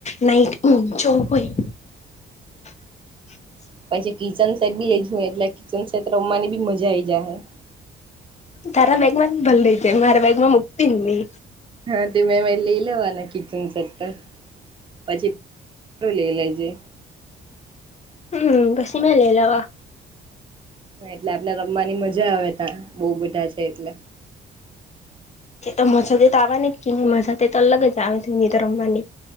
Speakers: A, on the left; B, on the right.
A: નાઈટ જવુ હોય <inaudible>
B: પછી કિચન સેટ બી લેજુ એટલે કિચન સેટ રમવાની બી મજા આઈ જાય હ
A: તારા બેગમાં જ ભલ રઈ જાય મારા બેગમાં મુકતી નહી
B: હા, તે મેં મે લઈ લેવાના કિચન સરતા પછી, લઈ લેજે
A: હમ, બસી મે લ એલવા.
B: એટલે આપણે રમવાની મજા આવે, ત બહુ બધા છે, એટલે
A: એ તો મજા તો આવવાની કે નહી, મજા તો અલગ જ આવેની તો રમવાની